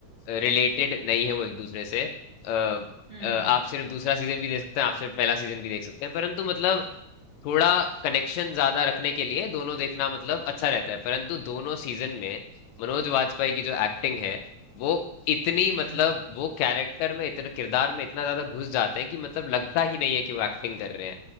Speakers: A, on the left (about 75°); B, on the right (about 25°).
A: रिलेटेड नहीं है वो एक दूसरे से अ,
B: हम्म
A: अ, आप सिर्फ दूसरा सीजन भी देख सकते हैं आप सिर्फ पहला सीजन भी देख सकते हैं परंतु मतलब थोड़ा कनेक्शन ज्यादा रखने के लिए दोनों देखना मतलब अच्छा
B: हम्म
A: रहता है परंतु दोनों सीजन में मनोज वाजपेयी की जो एक्टिंग है वो इतनी
B: हम्म,
A: मतलब वो कैरेक्टर में इतना किरदार में इतना ज्यादा घुस जाते हैं कि मतलब लगता ही नहीं है कि वो एक्टिंग कर रहे हैं